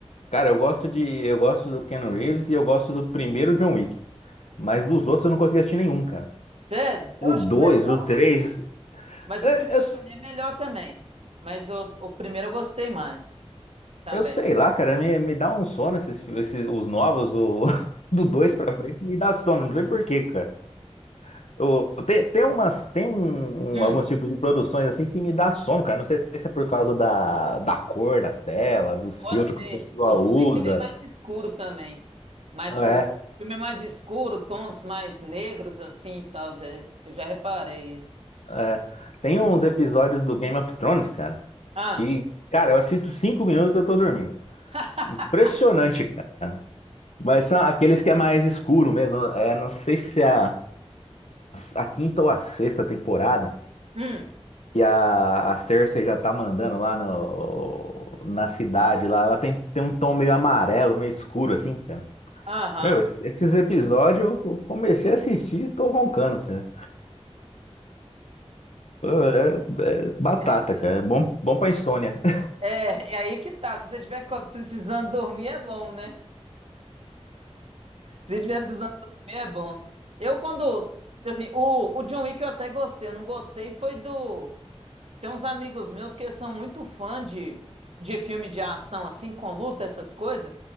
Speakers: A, on the left; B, on the right.
A: cara, eu gosto de eu gosto do Keanu Reeves e eu gosto do primeiro John Wick, mas dos outros eu não consegui assistir nenhum, cara.
B: Sério? Eu
A: O
B: acho
A: 2,
B: que é legal.
A: o três
B: Mas
A: É,
B: o primeiro
A: Eu,
B: pra mim é melhor também. Mas o, o primeiro eu gostei mais também.
A: eu sei lá, cara, me, me dá um sono esses, fi- esses os novos, o, <laughs> do 2 pra frente, me dá sono, não sei por quê, cara. Eu, tem, tem umas, tem um,
B: Hum,
A: um- alguns tipos de produções assim que me dá sono, cara. Não sei se é por causa da, da cor da tela, dos
B: pode
A: filtros
B: ser.
A: que o pessoal
B: O John
A: usa.
B: Wick ele é mais escuro também. Mas
A: É,
B: o filme é mais escuro, tons mais negros assim e tal. Zé. Eu já reparei isso.
A: é. Tem uns episódios do Game of Thrones, cara,
B: Ah.
A: que, cara, eu assisto cinco minutos e eu tô dormindo.
B: <laughs>
A: Impressionante, cara. Mas são aqueles que é mais escuro mesmo. É, não sei se é. a, a quinta ou a sexta temporada,
B: Hum.
A: e a, a Cersei já tá mandando lá no, na cidade lá. Ela tem, tem um tom meio amarelo, meio escuro, assim, cara.
B: Aham.
A: Meu, es- esses episódios eu comecei a assistir e tô roncando, cara. É, é batata,
B: É, então,
A: cara. É bom, bom pra insônia. <laughs>
B: É, é aí que tá. Se você estiver precisando dormir, é bom, né? Se você estiver precisando dormir, é bom. Eu, quando. Assim, o, o John Wick eu até gostei. Eu não gostei foi do. Tem uns amigos meus que são muito fã de, de filme de ação, assim, com luta, essas coisas.